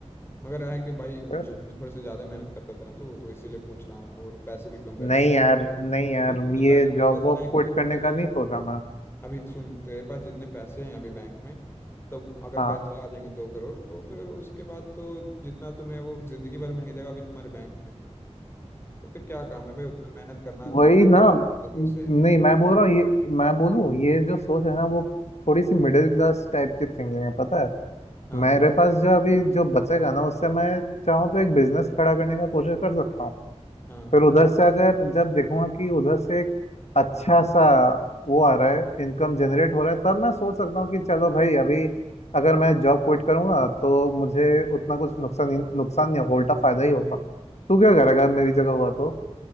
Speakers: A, on the left; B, on the left.
A: मगर है कि भाई
B: अ,
A: जॉब में थोड़े से ज्यादा मेहनत करता था ना तू तो इसीलिए पूछ रहा हूँ और पैसे भी कम रहते
B: नहीं
A: थे
B: यार नहीं यार
A: अभी जितने
B: ये
A: पैसे तेरे
B: जॉब
A: पास
B: वॉब
A: बैंक
B: क्विट
A: में वो
B: करने
A: तो भाई
B: का नहीं सोचा मैं
A: अभी सुन तेरे पास जितने पैसे हैं अभी बैंक में तो अगर
B: हाँ
A: पैसे आ जाएंगे दो करोड़ तो फिर उसके बाद तो जितना तुम्हें वो जिंदगी भर में नहीं देगा अभी तुम्हारे बैंक में तो फिर क्या काम है भाई उतना मेहनत करना
B: वही
A: तुम्हारा
B: ना
A: रहता था
B: न-
A: उसे
B: नहीं मैं बोल रहा हूँ ये मैं बोलूँ ये जो सोच है ना वो थोड़ी सी मिडिल क्लास टाइप की थिंकिंग है पता है
A: हाँ
B: मेरे पास जो अभी जो बचेगा ना उससे मैं चाहूँ तो एक बिजनेस खड़ा करने का कोशिश कर सकता हूँ
A: हाँ
B: फिर उधर से अगर जब देखूंगा कि उधर से एक अच्छा सा वो आ रहा है इनकम जनरेट हो रहा है तब मैं सोच सकता हूँ कि चलो भाई अभी अगर मैं जॉब क्विट करूंगा तो मुझे उतना कुछ नुकसान नहीं- नुकसान नहीं होगा उल्टा फायदा ही होगा तू क्या करेगा मेरी जगह हुआ तो